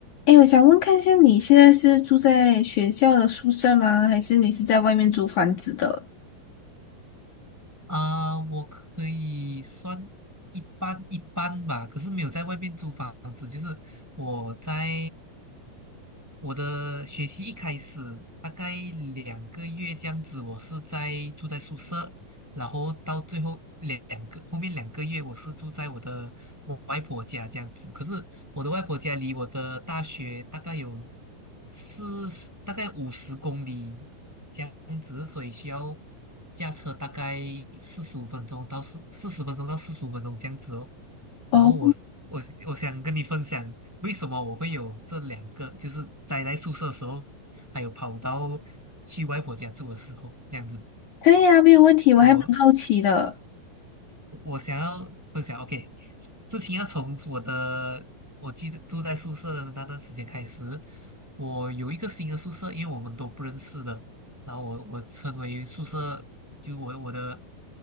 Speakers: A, on the left; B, in the centre.
A: 哎，我想问看一下，你现在是住在学校的宿舍吗？还是你是在外面租房子的？
B: 啊、我可以算一般一般吧，可是没有在外面租房子，就是我在我的学期一开始，大概两个月这样子，我是在住在宿舍，然后到最后两个后面两个月，我是住在我的我外婆家这样子。可是我的外婆家离我的大学大概有四十，大概五十公里这样子，所以需要驾车大概四十五分钟到四四十分钟到四十五分钟这样子哦。然后我我我想跟你分享，
A: 哦，
B: 为什么我会有这两个，就是待在宿舍的时候，还有跑到去外婆家住的时候，这样子。
A: 可以啊，没有问题。我还蛮好奇的。
B: 我我想要分享，OK，事情要从我的，我记得住在宿舍的那段时间开始，我有一个新的宿舍，因为我们都不认识的，然后我我称为宿舍，就我我的